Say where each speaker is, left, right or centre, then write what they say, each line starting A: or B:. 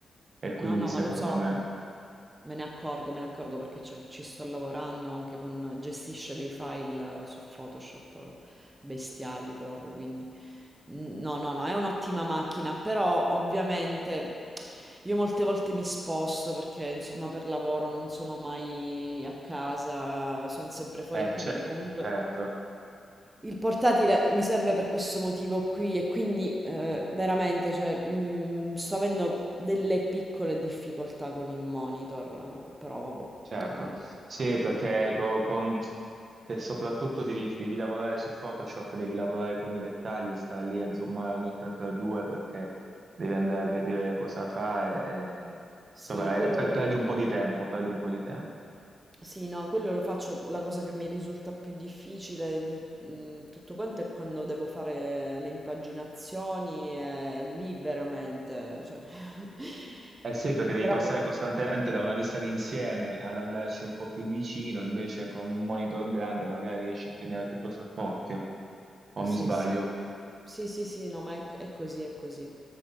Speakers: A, on the right; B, on the right.
A: E quindi
B: No, no,
A: secondo
B: ma lo so,
A: me,
B: me ne accorgo, me ne accorgo perché c'è- ci sto lavorando anche con, gestisce dei file eh, su Photoshop eh, bestiali proprio, quindi n- no, no, no, è un'ottima macchina, però ovviamente. Io molte volte mi sposto perché insomma per lavoro non sono mai a casa, sono sempre fuori
A: eh,
B: e quindi comunque
A: certo,
B: il portatile mi serve per questo motivo qui e quindi eh, veramente cioè, mh, sto avendo delle piccole difficoltà con il monitor, però vabbè,
A: Certo,
B: amen.
A: sì, perché co- con, se soprattutto devi, devi lavorare su Photoshop, devi lavorare con i dettagli, stare lì a zoomare ogni 3x2 perché devi andare a
B: Vabbè,
A: vedere cosa fare, e,
B: Sì,
A: insomma,
B: quello
A: eh, per- perdi un po' di tempo, perdi un po' di tempo.
B: Sì, no, quello lo faccio, la cosa che mi risulta più difficile di mh, tutto quanto è quando devo fare le impaginazioni, e lì veramente, cioè... <laughs>
A: Eh sì, perché devi
B: Però...
A: passare
B: poi-
A: costantemente da una vista d'insieme ad andarci un po' più vicino, invece con un monitor grande magari riesci a tenere tutto sott'occhio, o
B: Sì,
A: mi sbaglio?
B: sì, sì, sì, sì, no, ma è, è così, è così.